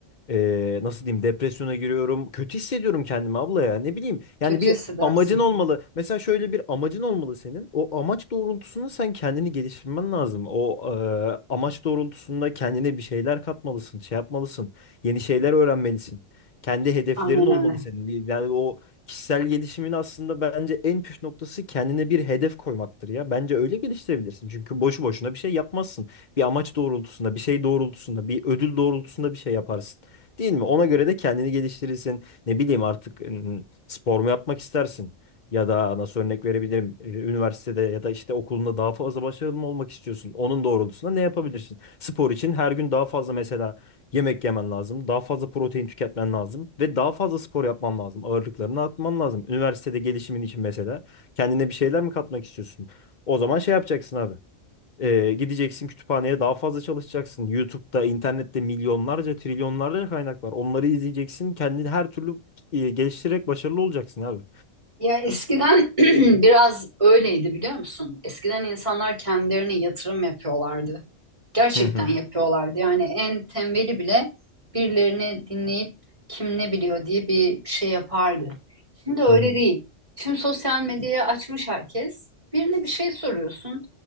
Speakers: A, on the left; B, on the right.
A: e, nasıl diyeyim depresyona giriyorum. Kötü hissediyorum kendimi abla ya. Ne bileyim.
B: Kötü
A: Yani bir
B: hissedersin.
A: amacın olmalı. Mesela şöyle bir amacın olmalı senin. O amaç doğrultusunda sen kendini geliştirmen lazım. O e, amaç doğrultusunda kendine bir şeyler katmalısın, şey yapmalısın. Yeni şeyler öğrenmelisin. Kendi hedeflerin
B: Aynen
A: olmalı
B: öyle.
A: senin. Yani o kişisel gelişimin aslında bence en püf noktası kendine bir hedef koymaktır ya. Bence öyle geliştirebilirsin. Çünkü boşu boşuna bir şey yapmazsın. Bir amaç doğrultusunda, bir şey doğrultusunda, bir ödül doğrultusunda bir şey yaparsın. Değil mi? Ona göre de kendini geliştirirsin. Ne bileyim artık ım, spor mu yapmak istersin? Ya da nasıl örnek verebilirim? Ee, Üniversitede ya da işte okulunda daha fazla başarılı mı olmak istiyorsun? Onun doğrultusunda ne yapabilirsin? Spor için her gün daha fazla mesela yemek yemen lazım. Daha fazla protein tüketmen lazım. Ve daha fazla spor yapman lazım. Ağırlıklarını atman lazım. Üniversitede gelişimin için mesela kendine bir şeyler mi katmak istiyorsun? O zaman şey yapacaksın abi. Ee, gideceksin kütüphaneye daha fazla çalışacaksın. YouTube'da, internette milyonlarca, trilyonlarca kaynak var. Onları izleyeceksin. Kendini her türlü e, geliştirerek başarılı olacaksın abi.
B: Ya eskiden <clears throat> biraz öyleydi biliyor musun? Eskiden insanlar kendilerine yatırım yapıyorlardı. Gerçekten
A: Hı hı.
B: yapıyorlardı. Yani en tembeli bile birilerini dinleyip kim ne biliyor diye bir şey yapardı. Şimdi öyle
A: Hı hı.
B: değil. Şimdi sosyal medyayı açmış herkes. Birine bir şey soruyorsun.